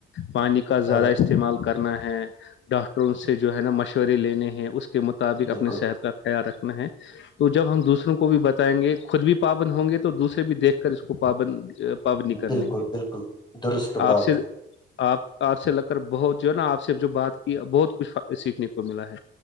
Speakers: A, on the left (about 70°); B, on the left (about 20°).
A: پانی کا
B: ہاں
A: زیادہ استعمال کرنا ہے ڈاکٹروں سے جو ہے نا مشورے لینے ہیں اس کے مطابق
B: بالکل
A: اپنی صحت کا تیار رکھنا ہے تو جب ہم دوسروں کو بھی بتائیں گے خود بھی پاابن ہوں گے تو دوسرے بھی دیکھ کر اس کو پاابن پبنی کر
B: بالکل
A: لیں گے
B: بالکل درست
A: آپ
B: بات
A: سے آپ آپ سے لگ کر بہت جو ہے نا آپ سے جو بات کی بہت کچھ سیکھنے کو ملا ہے